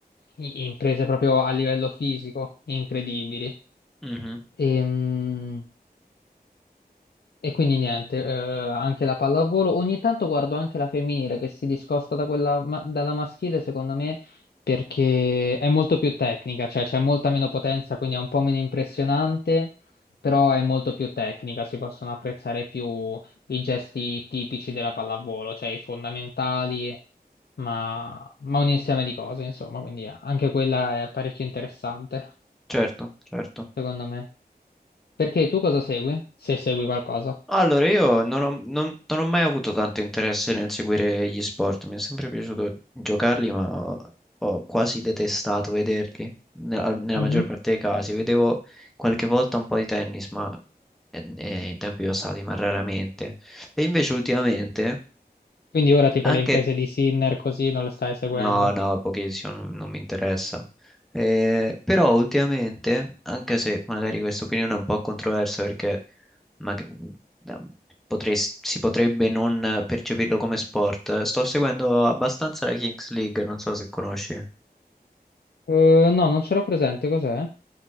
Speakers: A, on the left; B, in the centre.
A: i- imprese proprio a livello fisico incredibili.
B: mhm.
A: E, mm, e quindi niente, eh, anche la pallavolo. Ogni tanto guardo anche la femminile che si discosta da quella ma- dalla maschile, secondo me, perché è molto più tecnica, cioè c'è molta meno potenza, quindi è un po' meno impressionante, però è molto più tecnica, si possono apprezzare più i gesti tipici della pallavolo, cioè i fondamentali, ma, ma un insieme di cose, insomma, quindi anche quella è parecchio interessante,
B: Certo, certo.
A: secondo me. Perché tu cosa segui? Se segui qualcosa.
B: Allora, io non ho, non- non ho mai avuto tanto interesse nel seguire gli sport. Mi è sempre piaciuto giocarli, ma ho ho quasi detestato vederli. Nella, nella
A: Mhm.
B: maggior parte dei casi. Vedevo qualche volta un po' di tennis, ma eh, eh, in tempi passati, ma raramente. E invece ultimamente.
A: Quindi ora tipo
B: Anche
A: le imprese di Sinner così non le stai seguendo.
B: no, no, pochissimo, non, non mi interessa. Eh, però ultimamente, anche se magari questa opinione è un po' controversa perché ma- da- potresti- si potrebbe non percepirlo come sport, sto seguendo abbastanza la Kings League, non so se conosci.
A: Eh, no, non c'ero presente, cos'è?